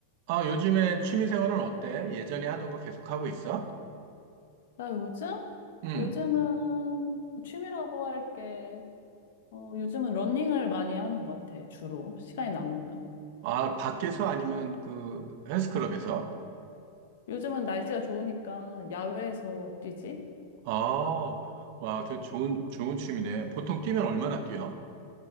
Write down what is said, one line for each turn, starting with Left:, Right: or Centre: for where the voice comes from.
Right: 아, 요즘에 취미 생활은 어때? 예전에 하던 거 계속 하고 있어?
Left: 나 요즘?
Right: 응.
Left: 요즘은 취미라고 할 게, 어, 요즘은 러닝을 많이 하는 것 같아, 주로. 시간이 남으면.
Right: 아, 밖에서 아니면 그 헬스클럽에서?
Left: 응. 요즘은 날씨가 좋으니까 야외에서 뛰지?
Right: 아, 와, 저 좋은, 좋은 취미네. 보통 뛰면 얼마나 뛰어?